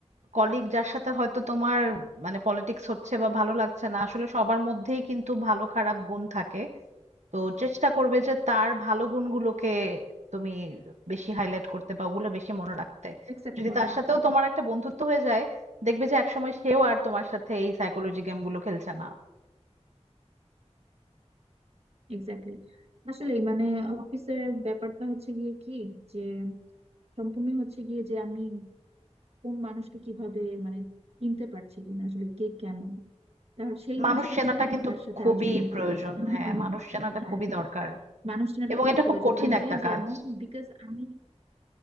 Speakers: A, on the right; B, on the right.
A: কলিগ যার সাথে হয়তো তোমার মানে পলিটিক্স হচ্ছে বা ভালো লাগছে না আসলে সবার মধ্যেই কিন্তু ভালো খারাপ গুণ থাকে তো চেষ্টা করবে যে তার ভালো গুণগুলোকে তুমি বেশি হাইলাইট করতে বা ওগুলো বেশি মনে রাখতে
B: অ্যাকসেপ্ট
A: যদি
B: করার
A: তার সাথেও তোমার একটা বন্ধুত্ব হয়ে যায় দেখবে যে একসময় সেও আর তোমার সাথে এই সাইকোলজি গেমগুলো খেলছে না
B: এক্স্যাক্টলি আসলে মানে অফিসের ব্যাপারটা হচ্ছে গিয়ে কি যে সম্পূর্ণ হচ্ছে গিয়ে যে আমি কোন মানুষকে কিভাবে মানে চিনতে পারছি কিনা আসলে কে কেমন তার সেই
A: মানুষ
B: বুঝে
A: চেনাটা
B: আসলে
A: কিন্তু
B: তার সাথে
A: খুবই
B: আচরণ
A: প্রয়োজন
B: করা <laughs>
A: হ্যাঁ
B: আমি
A: মানুষ চেনাটা
B: হ্যাঁ
A: খুবই দরকার
B: মানুষ চেনাটা
A: এবং
B: খুব
A: এটা
B: প্রয়োজন
A: খুব কঠিন
B: মানে যে
A: একটা
B: যেমন
A: কাজ
B: বিকজ আমি